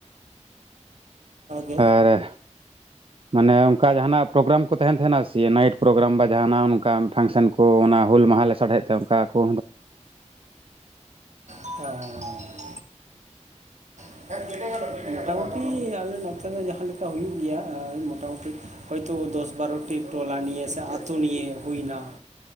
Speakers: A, on the right; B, on the right.
A: <unintelligible>
B: ᱟᱨ ᱦᱮ ᱢᱟᱱᱮ ᱚᱱᱠᱟ ᱡᱟᱦᱟᱱᱟᱜ ᱯᱨᱳᱜᱨᱟᱢ ᱠᱚ ᱛᱟᱦᱮᱱ ᱛᱟᱦᱮᱱᱟ ᱥᱮ ᱱᱟᱭᱤᱴ ᱯᱨᱳᱜᱨᱟᱢ ᱵᱟ ᱡᱟᱦᱟᱱᱟᱜ ᱚᱱ ᱚᱱᱠᱟ ᱯᱷᱟᱱᱥᱮᱱ ᱠᱚ ᱚᱱᱟ ᱦᱩᱹᱞ ᱢᱟᱦᱟ ᱞᱟᱥᱟᱲ ᱦᱮᱫ ᱛᱮ ᱚᱱᱠᱟ ᱠᱚ᱾
A: <unintelligible> <unintelligible> ᱢᱚᱴᱟ ᱢᱩᱴᱤ ᱟᱞᱮ ᱱᱚᱛᱮ ᱫᱚ ᱡᱟᱸᱦᱟ ᱞᱮᱠᱟ ᱦᱩᱭᱩᱜ ᱜᱮᱭᱟ ᱢᱚᱴᱟ ᱢᱩᱴᱤ ᱦᱚᱭ ᱛᱚ ᱫᱚᱥ ᱵᱟᱨᱚ ᱴᱤ ᱴᱚᱞᱟ ᱱᱤᱭᱮ ᱥᱮ ᱟᱹᱛᱳ ᱱᱤᱭᱮ ᱦᱩᱭ ᱱᱟ᱾